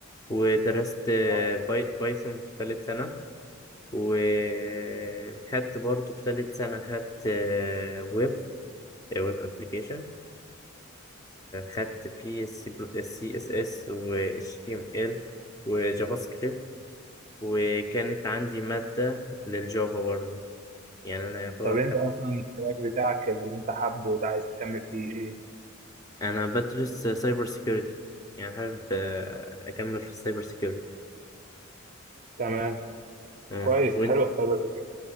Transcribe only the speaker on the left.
ودرست
باي... بايثون في ثالث سنه وخدت برضه في ثالث سنه خدت ويب ويب ابلكيشن خدت فيه السي اس اس و اتش تي ام ال وجافا سكريبت وكانت عندي مادة للجافا برضه يعني أنا يعتبر
خف...
أنا بدرس سايبر سيكيورتي يعني حابب آه، أكمل في السايبر سيكيورتي
أه
وأنت